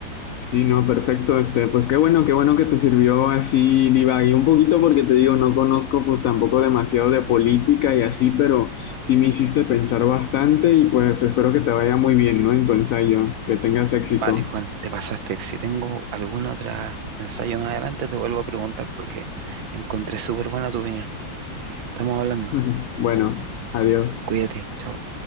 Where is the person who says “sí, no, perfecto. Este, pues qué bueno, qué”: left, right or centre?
Left